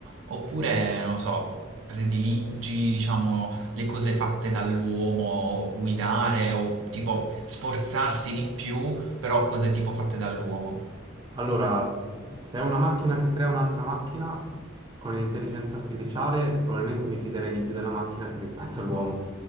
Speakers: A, on the right; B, on the right.
A: Oppure, non lo so, prediligi, diciamo, le cose fatte dall'uomo, guidare o tipo sforzarsi di più, però cose tipo fatte dall'uomo?
B: Allora, se è una macchina che crea un'altra macchina con l'intelligenza artificiale, probabilmente mi fiderei di più della macchina che rispetto all'uomo.